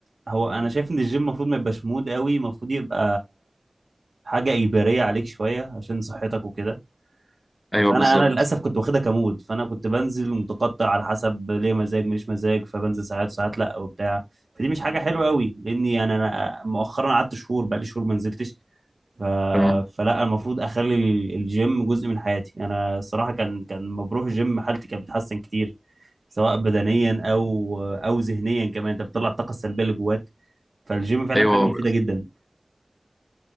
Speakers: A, on the right (about 70°); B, on the left (about 20°).
A: هو انا شايف ان الجيم المفروض ما يبقاش مود قوي المفروض يبقى حاجه اجباريه عليك شويه عشان صحتك وكده
B: ايوه
A: فانا
B: بالظبط
A: انا للاسف كنت واخدها كمود فانا كنت بنزل متقطع على حسب ليه مزاج مش مزاج فبنزل ساعات ساعات لا وبتاع فدي مش حاجه حلوه قوي لاني يعني انا مؤخرا قعدت شهور بقى لي شهور ما نزلتش ف...
B: اه
A: فلا المفروض اخلي ال- الجيم جزء من حياتي انا الصراحه كان كان لما بروح الجيم حالتي كانت بتتحسن كتير سواء بدنيا او او ذهنيا كمان انت بتطلع الطاقه السلبيه اللي جواك فالجيم فعلا
B: ايوه
A: حاجه مفيده جدا